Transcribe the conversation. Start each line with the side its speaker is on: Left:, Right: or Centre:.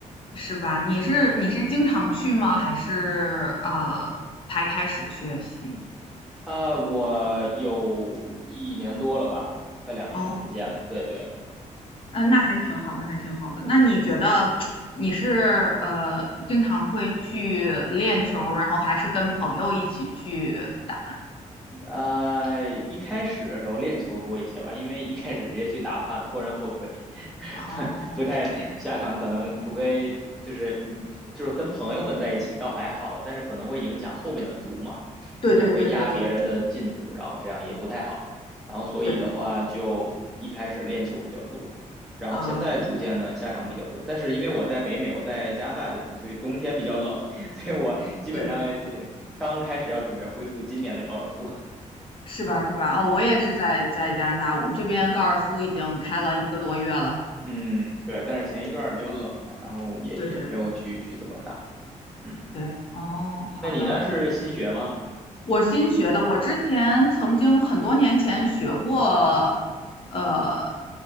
Left: 是吧？你是你是经常去吗？
Centre: 嗯，
Left: 还是呃才开始学习？
Centre: 啊，我有一年多了吧，快两年的时间了。
Left: 哦，
Centre: 对对，
Left: 嗯、呃那还挺好，那还挺好的。那你觉得你是呃经常会去练球然后还是跟朋友一起去打？
Centre: 呃，一开始的时候练球多一些吧，因为一开始直接去打，怕拖人后腿，<laughs>
Left: 哦，
Centre: 不不太下场，可能除非就是嗯就是跟朋友们在一起倒还好，但是可能会影响后面的组嘛，
Left: 对对对对对对对
Centre: 就可能会压别人的进度，然后这样也不太好。然后所以的话，
Left: 对，
Centre: 就一开始练球比较多，然后现在逐渐的下场比较多。
Left: 啊，
Centre: 但是因为我在北美，我在加拿大这边，所以冬天比较冷，<laughs> 所以我基本上呃
Left: 对，
Centre: 刚开始要准备恢复今年的高尔夫。
Left: 是吧是吧？哦，
Centre: 嗯，
Left: 我也是在在加拿大，我们这边高尔夫已经开了一个多月了。
Centre: 嗯，对，但是前一段儿比较冷嘛，然后也也没有去去怎么打。
Left: 对对对
Centre: 嗯，
Left: 对，哦，
Centre: 嗯那你呢？
Left: 好的。
Centre: 是新学吗？
Left: 我新学的，我之前曾经很多年前学过，呃，